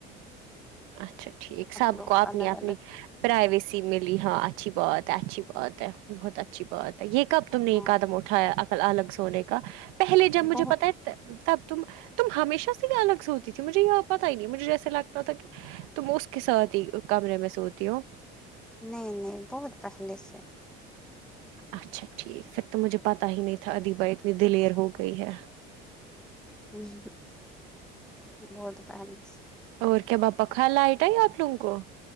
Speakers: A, on the right; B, in the centre.
A: اچھا ٹھیک سب
B: لوگ
A: کو اپنی
B: الگ
A: اپنی
B: الگ
A: پرائیویسی ملی ہاں اچھی بات ہے اچھی بات ہے بہت اچھی بات یہ کب تم نے
B: ہاں
A: یہ قدم اٹھایا عقل الگ سونے کا پہلے جب مجھے
B: بہت
A: پتا ہے تب تم تم ہمیشہ سے الگ سے ہوتی تھی مجھے یہ پتا ہی نہیں مجھے جیسے لگتا تھا کہ تم اس کے ساتھ ہی کمرے میں سوتی ہو
B: نہیں نہیں بہت پہلے سے
A: اچھا ٹھیک پھر تو مجھے پتا ہی نہیں تھا ادی بھائی اتنی دلیر ہو گئی ہے
B: ہ <inaudible> بہت پہنس
A: اور کیا باپا ک لائٹ ہے آپ لوگ کو <unintelligible>